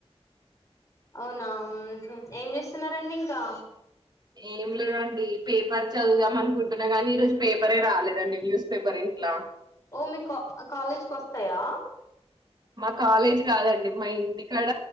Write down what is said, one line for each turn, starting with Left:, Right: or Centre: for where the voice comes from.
Left: అవునా! ఏం చేస్తున్నండి. ఇంకా
Right: ఏం లేదండి. పేపర్ చదువుదాం అనుకుంటున్నా గానీ ఈ రోజు పేపరే రాలేదండి, న్యూస్ పేపర్ ఇంట్లా
Left: ఓ మీక కాలేజ్కి వస్తాయా?
Right: మా కాలేజీ గాదండి. మా ఇంటి కాడ